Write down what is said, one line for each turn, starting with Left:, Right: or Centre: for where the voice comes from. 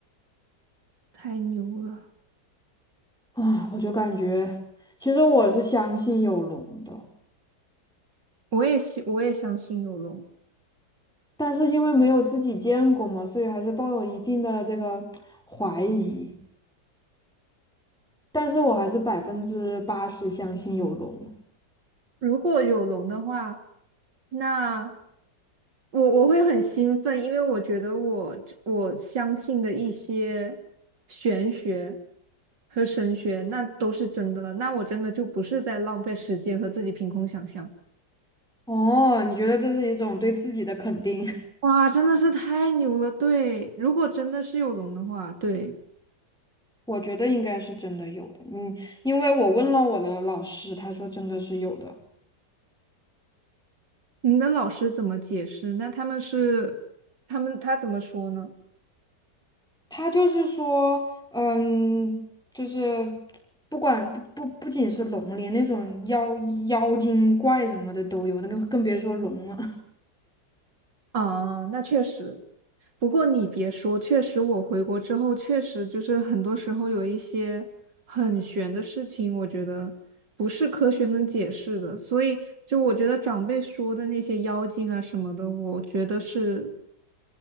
Right: 太牛了！
Centre: 啊，我就感觉，其实我是相信有龙的，
Right: 我也信，我也相信有龙。
Centre: 但是因为没有自己见过嘛，所以还是抱有一定的这个怀疑。但是我还是百分之八十相信有龙。
Right: 如果有龙的话，那我我会很兴奋，因为我觉得我这我相信的一些玄学和神学，那都是真的了。那我真的就不是在浪费时间和自己凭空想象。
Centre: 哦，你觉得这是一种对自己的肯定？
Right: 哇，真的是太牛了！对，如果真的是有龙的话，对。
Centre: 我觉得应该是真的有的，嗯，因为我问了我的老师，他说真的是有的。
Right: 你的老师怎么解释？那他们是，他们他怎么说呢？
Centre: 他就是说，嗯，就是不管不不不仅是龙，连那种妖妖精怪什么的都有，那个更别说龙了。
Right: 啊，那确实。不过你别说，确实我回国之后，确实就是很多时候有一些很玄的事情，我觉得不是科学能解释的。所以就我觉得长辈说的那些妖精啊什么的，我觉得是